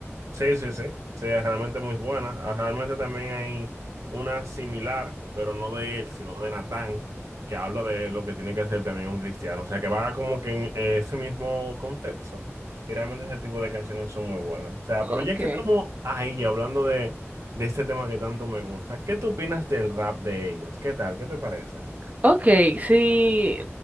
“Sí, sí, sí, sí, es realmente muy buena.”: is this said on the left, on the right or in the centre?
Right